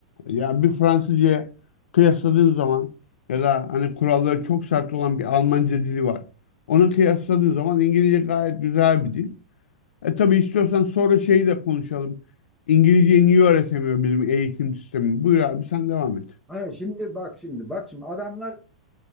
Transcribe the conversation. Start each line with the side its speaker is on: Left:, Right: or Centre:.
Left: Ya bir Fransızca kıyasladığın zaman ya da hani kuralları çok sert olan bir Almanca dili var. Onu kıyasladığın zaman İngilizce gayet güzel bir dil. E tabii istiyorsan sonra şeyi de konuşalım. İngilizceyi niye öğretemiyor bizim eğitim sistemi? Buyur abi sen devam et.
Centre: Ha, şimdi bak şimdi bak şimdi adamlar